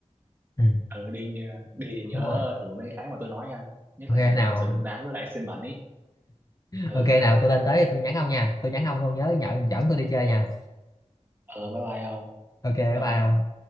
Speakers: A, on the left (about 30°); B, on the right (about 15°).
A: ừ,
B: ừ đi nha- đi thì nhớ
A: đúng rồi
B: thử mấy cái mà tôi nói nha nhất
A: ok
B: là
A: nào
B: lạp xưởng nướng đá với lại xiên bẩn ý ừ
A: ok nào tôi lên tới thì tôi nhắn ông nha tôi nhắn ông ông nhớ nhờ, dẫn tôi đi chơi nha
B: ờ bye bye không
A: ok
B: thôi
A: bye ông